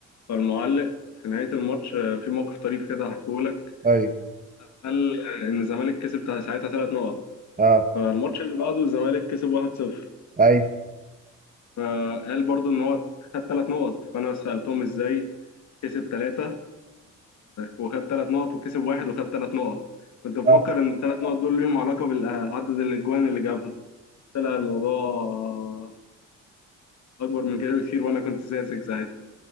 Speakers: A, on the left (about 65°); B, on the right (about 30°).
A: فالمعلق في نهاية الماتش آه، في موقف طريف كده هحكيه لك
B: اي
A: قال ان الزمالك كسب ساعتها ثلاث نقط
B: اه
A: فالماتش اللي بعده الزمالك كسب 1-0
B: اي
A: فقال برضو ان هو خد ثلاث نقط فانا سالتهم ازاي كسب ثلاثه وخد ثلاث نقط وكسب واحد وخد ثلاث نقط كنت مفكر
B: اه
A: ان الثلاث نقط دول ليهم علاقه بعدد الاجوان اللي جابها طلع الموضوع آه، اكبر من كده بكتير وانا كنت ساذج ساعتها